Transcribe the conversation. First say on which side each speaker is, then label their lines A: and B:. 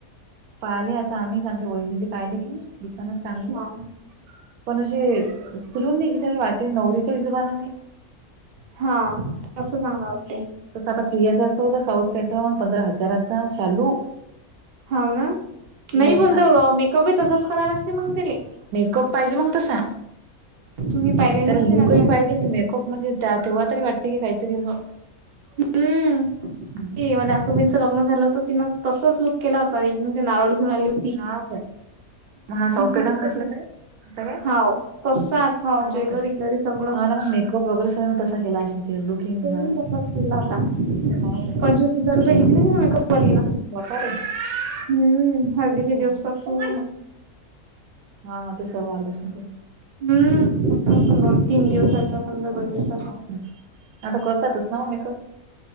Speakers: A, on the right; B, on the right.
A: पाहिले आता आम्हीच आमच्या वहिनीले पाहिले की नई दुकानात चांगले
B: हा
A: पण असे खुलून नाही ती कसं वाटते नवरीच्या हिशोबाने नाही.
B: हा असं चांगलं वाटतंय.
A: तस आता पियाचा असतो तो साऊथ पॅटर्न, पंधरा हजाराचा चालू.
B: हाव ना.
A: प्रियाचा
B: नाही पण तो मेकअपही तसंच करायला लागते मंग त्याले.
A: कप पाहिजे मग तसा,
B: तुम्ही पाहिले नसते
A: त्याला लूकही
B: ना आता माझ्या
A: पाहिजे
B: आतोबांचं
A: अन तो मेकअप म्हणजे त्या तेव्हातरी वाटते, की काहीतरी असं
B: हम्म.
A: हम्म.
B: ते म्हण आतोबईंचं लग्न झालं होत तिनं तसंच लुक केला होता, एकदम ते नारळ घेऊन आली होत
A: हाव काय, हा साऊथ इंडियन
B: मस्त केलं
A: घातलं काय? आता काय?
B: हाव तसाच हाव
A: हा
B: ज्वेलरी
A: कर,
B: ग्वेलरी सगळं
A: हा ना मग मेकअप वगैरे सेम तसा केला असेल. ते लुकिंग
B: सेम
A: हा
B: तसाच केला होता,
A: हो काय
B: पंचवीस हजार रुपये घेतले तिनं मेकअपवालीन.
A: <inaudible>
B: हम्म हळदीचे
A: हा
B: दिवस
A: काय?
B: पासून
A: हा हा ते सर्व आलंच मग ते.
B: हम्म तीन दिवसांचाच <unintelligible>
A: हा आता करतातच नव मेकअप